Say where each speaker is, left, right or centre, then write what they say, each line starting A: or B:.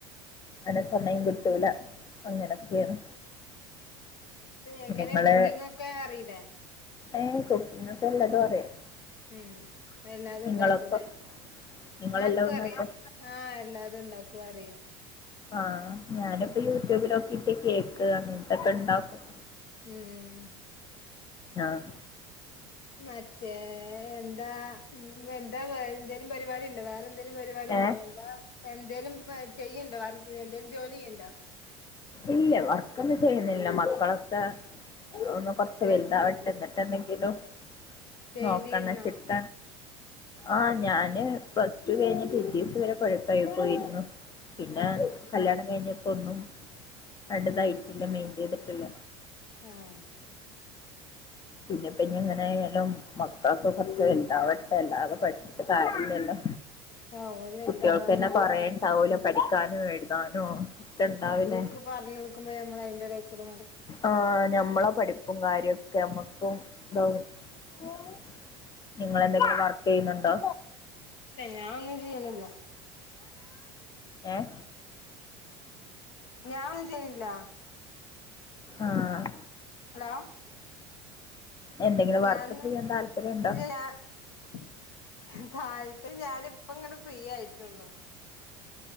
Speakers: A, on the left; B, on the left.
A: അന് സമയം കിട്ടൂല അങ്ങനൊക്കെയാണ്
B: എങ്ങനെ
A: നിങ്ങള്
B: കുക്കിംഗ് ഒക്കെ അറിയില്ലേ
A: ഏ കുക്കിംഗ് ഒക്കെ <unintelligible> അറിയാം
B: ഉം വല്ലാതെ
A: നിങ്ങളൊക്കെ
B: ഉണ്ടാക്കൂല
A: നിങ്ങളെല്ലാം
B: ആക്കും
A: ഉണ്ടാക്കും
B: അറിയാം ആഹ് അല്ലാതെ ഉണ്ടാക്കും അറിയാം
A: ആഹ് ഞാനിപ്പോ
B: ഉം
A: യൂട്യൂബിലൊക്കിട്ട് കേക്ക് അങ്ങനത്തൊക്കെ ഇണ്ടാക്കും
B: ഉം
A: ആഹ്
B: മറ്റേ എന്താ എന്താേ വേ എന്തേലും പരിപാടി ഉണ്ടോ വേറെ എന്തേലും പരിപാടി
A: ഏഹ്
B: ഉണ്ടോ <unintelligible> എന്തേലും വ് ചെയ്യണ്ടോ വർക്ക് എന്തേലും ജോലി ചെയ്യണ്ടാ
A: ഇല്ല വർക്കൊന്നും ചെയ്യുന്നില്ല മക്കളൊക്കെ ഒന്ന് കൊറച്ച്
B: ചെറുതല്ലേ
A: വലുതാവട്ട് എന്നിട്ട് എന്തെങ്കിലും
B: ചെയ്തിരുന്നോ
A: നോക്കണം ചിട്ട ആ ഞാന് പ്ലസ് ടു കഴിഞ്ഞിട്ട് <unintelligible> വരെ കൊഴപ്പായി പോയിരുന്നു പിന്നെ
B: ആഹ്
A: കല്യാണം കഴിഞ്ഞപ്പോ ഒന്നും <unintelligible> തായിട്ടില്ല മെയിന്റ് ചെയ്തിട്ടില്ല
B: ആഹ്
A: പിന്നെപ്പ ഇനി എങ്ങനെ ആയാലും മക്കളൊക്കെ കൊറച്ച് വലുതാവട്ടെ അല്ലാതെ പഠിച്ചിട്ട് കാര്യ ഇല്ലല്ലോ
B: ആഹ് ഓര് വലുതാവാതെ
A: കുട്ടികൾക്ക് അന്നെ
B: നടക്കൂല
A: <unintelligible> പഠിക്കാന് എഴുതാനു ഒക്ക ഇണ്ടാവൂലോ
B: ക്ക് പറഞ്ഞ് കൊടുക്കുമ്പോ നമ്മള് അതിന്റെ ഇടേൽ കൂടെ നട
A: ആഹ് ഞമ്മള പഠിപ്പും കാര്യൊക്കെ നമ്മക്കും <unintelligible> നിങ്ങളെന്തെങ്കിലും വർക്ക് ചെയ്യുന്നുണ്ടോ
B: ഞാനൊന്നും ചെയ്യണില്ല
A: ഏഹ്
B: ഞാനൊന്നും ചെയ്യണില്ല
A: ആഹ്
B: ഹലോ
A: എന്തെങ്കിലും
B: ഞാന്
A: വർക്ക് ചെയ്യാൻ താല്പര്യണ്ടോ
B: ഇല്ല ഞാൻ താല്പ ഞാനിപ്പ ഇങ്ങട് ഫ്രീ ആയിട്ടുള്ളു